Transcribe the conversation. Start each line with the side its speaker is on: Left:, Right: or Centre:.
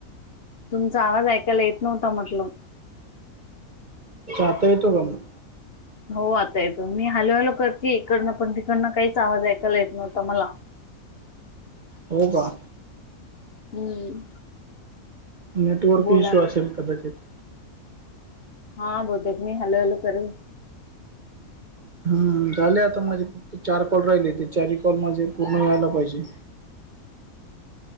Left: तुमचा आवाज ऐकायला येत नव्हता म्हटलं
Right: आता येतो का मग
Left: हो आता येतो मी हॅलो, हॅलो करते इकडनं पण तिकडनं काहीच आवाज ऐकायला येत नव्हता मला
Right: हो का
Left: हम्म
Right: नेटवर्क
Left: बोला
Right: इश्यू
Left: ना.
Right: असेल कदाचित
Left: हा बहुतेक मी हॅलो, हॅलो करे
Right: हम् झाले आता माझे फक्त चार कॉल राहिले ते चार कॉल माझे पूर्ण व्हायला पाहिजे